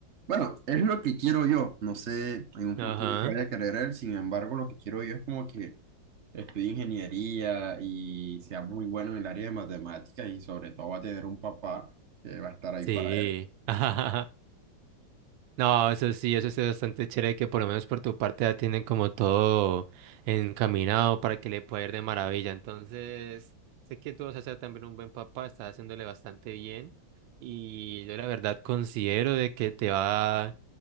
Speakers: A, on the right (about 50°); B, on the right (about 85°).
A: Bueno, es lo que quiero yo. No sé en un
B: Ajá.
A: futuro que vaya a querer él. Sin embargo, lo que quiero yo es como que estudie ingeniería y sea muy bueno en el área de matemáticas y sobre todo va a tener un papá que va a estar ahí
B: Sí.
A: para él.
B: <laughs> No, eso sí, eso sí es bastante chévere que por lo menos por tu parte ya tienen como todo encaminado para que le pueda ir de maravilla. Entonces, sé que tú vas a ser también un buen papá, estás haciéndole bastante bien y yo la verdad considero de que te va,